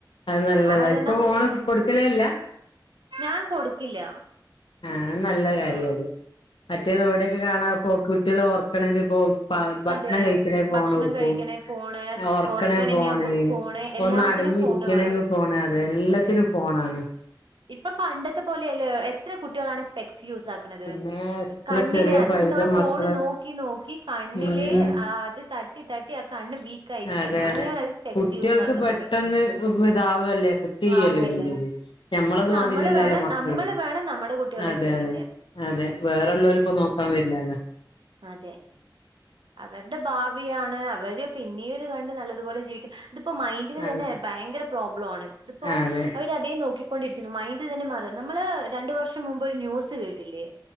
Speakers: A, on the left; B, on the right.
A: അത് നല്ലതാ
B: കാരണം
A: ഇപ്പൊ ഫോണ്
B: ഉം
A: കൊടുക്കലേല്ല
B: ഞാൻ കൊടുക്കില്ല
A: ആ നല്ല കാര്യ
B: ആ
A: അത് മറ്റേത് എവിടെക്കെ കാണാ പോ കുട്ടികൾ ഓർക്കണെങ്കി പോ ഭക്ഷണം
B: അതെ
A: കഴിക്കണേ പോണ്
B: ഭക്ഷണം
A: കൊടുക്കും
B: കഴിക്കണേ ഫോണ്
A: ഉറക്കണേ
B: ഉറക്കണെങ്കി
A: പോണ്
B: ഫോണ് എല്ലാത്തിനും
A: ഒന്നാ അടങ്ങിരിക്കണമെങ്കിൽ
B: ഫോണ് വേണം
A: ഫോണാണ് എല്ലാത്തിനും
B: അതെ
A: ഫോൺ ആണ്
B: ഇപ്പൊ പണ്ടത്തെ പോലെ അല്ല ഇത്ര കുട്ടികളാണ് സ്പെക്സ് യൂസ് ആക്കുന്നത്
A: പിന്നെ എത്ര
B: കണ്ണിന്
A: ചെറിയ
B: അത്രത്തോളം
A: പൈതം മക്കള്
B: ഫോൺ നോക്കി നോക്കി കണ്ണില്
A: ഉം
B: അത് തട്ടി തട്ടി കണ്ണ് വീക്കായിരിക്കാണ്
A: അതെ
B: അങ്ങനെയാണ്
A: അതെ
B: അത് സ്പെക്സ്
A: കുട്ടികൾക്ക്
B: യൂസ് ആക്കുന്നത്
A: പെട്ടെന്ന് ഇതാവല്ലേ എഫക്ട് ചെയ്യല്ലോ
B: ആവല്ലേ
A: ണ്ടേത് ഞമ്മളത്
B: അപ്പൊ
A: മാതിരില്ലല്ലോ
B: നമ്മള് വേണം
A: മക്കള്
B: നമ്മള് വേണം നമ്മുടെ കുട്ടികളെ
A: അതെ
B: ശ്രദ്ധിക്കാൻ
A: അതെ അതെ വേറെള്ളവരി ഇപ്പോ നോക്കാ വരില്ലാല്ലോ
B: അതെ അവരുടെ ഭാവിയാണ് അവര് പിന്നീട് കണ്ട് നല്ലതുപോലെ ജീവിക്ക ഇതിപ്പോ മൈൻഡന്
A: അതെ
B: തന്നെ ഭയങ്കര പ്രോബ്ലം ആണ് ഇതിപ്പോ
A: അതെ
B: അവര് അതെ നോക്കി കൊണ്ടിരിക്കുന്നു മൈൻ്റ് തന്നെ മാറി നമ്മള് രണ്ടു വർഷം മുമ്പ് ഒരു ന്യൂസ് കേട്ടില്ലേ